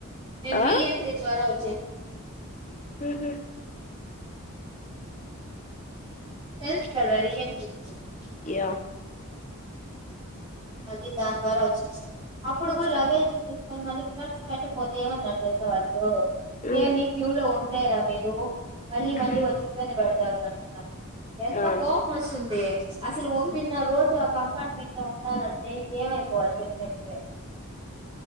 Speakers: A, on the right; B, on the left.
A: మేం
B: ఆ
A: రీ ఎంట్రీ ద్వారా వచ్చే
B: ఉహు
A: తెలుసు గదా రీఎంట్రీ <unintelligible>
B: యా
A: అది దాన్ ద్వారా వచ్చేసినం అప్పుడు గూడా లగేజ్లు తీసుకొని మళ్ళీ రివర్స్ పెట్టకపోతే ఏమన్నారు తెలుసా వాళ్ళు
B: ఉమ్
A: ఏమి క్యూ లో ఉండలేరా మీరు మళ్ళీ మళ్ళీ
B: ఉమ్
A: వచ్చి ఇబ్బంది బెడతారు అని అనే ఎంత
B: ఆ
A: కోపం వస్తుంది అసలు ఒకటిన్నర రోజు ఆ కంపార్ట్మెంట్ లో ఉండాల టె ఇంకేం అయిపోవాలి చెప్పెడితే